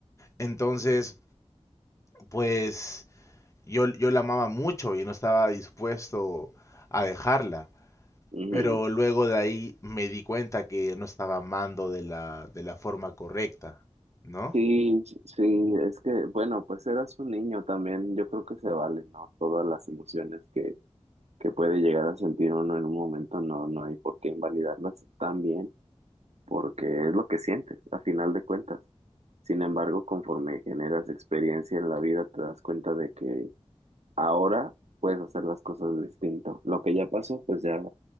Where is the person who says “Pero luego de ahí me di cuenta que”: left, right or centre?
Left